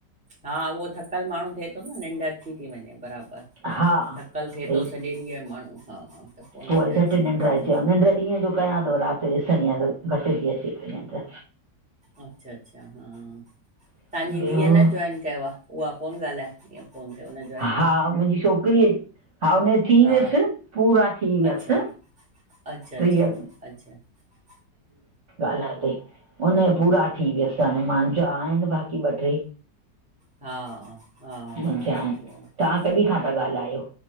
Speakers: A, in the centre; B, on the right.
A: हा उहो थकल माण्हू थिए थो न निंड अची थी वञे बराबर।
B: हा
A: थकल थिए
B: भई
A: थो सॼे ॾींहं माण्हू हा। त
B: पोइ
A: निंड
B: वरी जटि
A: अची थी
B: निंड
A: वञे
B: अचेव निड ॾींहं जो कयां थो रात -- त ॾिसदी आए घट जी अची निंॾ
A: अच्छा -अच्छा हा,
B: ॿियो
A: तव्हांजी धीअ न जॉइन कयो आ। उहा कोन ॻाल्हाए ईअं। फोन त उन जी --
B: हा मुंहिंजी छोकिरीअ हा हुनज थी
A: हा
B: वियसि पूरा थी वियसि।
A: अच्छा अच्छा -अच्छा,
B: टीह
A: अच्छा --
B: ॻाल्हाए ते हुनज पूरा थी वियस हाणे मुंहिंजा आहिन बाक़ी ॿ टे।
A: हा हा हा
B: मुंहिंजा
A: हा
B: आहिनि
A: --
B: कॾहिं खां था ॻाल्हायो।